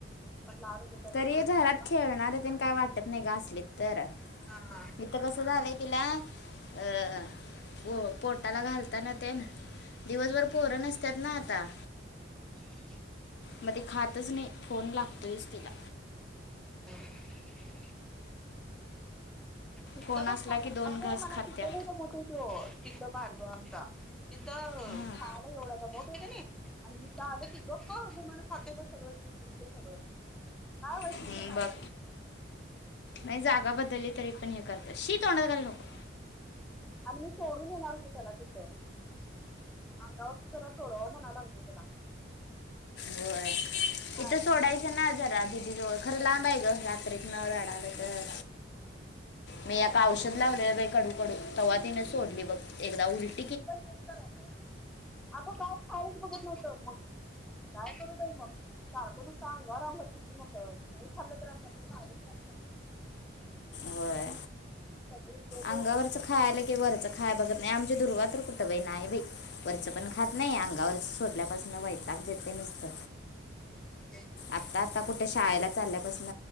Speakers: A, in the centre; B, on the left.
A: पण लहान होतो तर
B: तरी ये
A: ते
B: घरात
A: डब्बा
B: खेळणार तेन काय वाटत नाही गं असलीत तर.
A: हा
B: ही थ कस झालयं तिला? अह हो पो पोटाला घालताना तेन. दिवसभर पोरं नसतात ना आता.
A: <unintelligible>
B: मग ते खातच नाही फोन लागतोयच तिला.
A: <unintelligible> तिथं
B: फोन
A: बघ
B: असला
A: चांग
B: की दोन
A: अगं
B: घास
A: मला
B: खात्या
A: तिथं लय दमवतोय तो तिथं भारगव आमचा तिथं
B: हं.
A: खायला एवढा दमवतोय कि नाही आणि इथं आलं की गप गुमान खातोय, बघ सगळं जे दिल ते सगळं. हा होय
B: हं,
A: ते
B: बघ
A: <unintelligible>
B: नाही जागा बदलली तरी पण हे करत्यात, शी तोंडात घालू नको.
A: आणि मी सोडून येणार होतो त्याला तिथं. अंगावरचं सगळं सोडवाव म्हणाय लागलोय त्याला.
B: होय,
A: खायला
B: इथं सोडायचं
A: काय बघत
B: ना जरा. दिदी जवळ खरं लांब आहे, गं रात्रीतन रडालं तर. मी एका औषध लावलेलं बाइ कडू कडू तेव्हा तीन सोडली बघ एकदा उलट
A: मी पण तेच करालोय अगं काय खायालाचं बघत नव्हतं, मग काय करू बाई मग? सारख नुसता अंगावर अंगावर किती मग नाही खाल्लं तर आता ते किती बारीक झालंय बघं.
B: होय.
A: सगळी इथे ते
B: अंगावरच
A: उठल ते
B: खायालं कि वरचं खाया बघत -- आणि आमची दुर्वाातर कुठं बाई नाही बाई वरचं पण खात नाही. अंगावरच सोडल्यापासून वैताग देतयं नु स्त.
A: <inaudible> की
B: आता आता कुठ शाळेला चालल्यापासून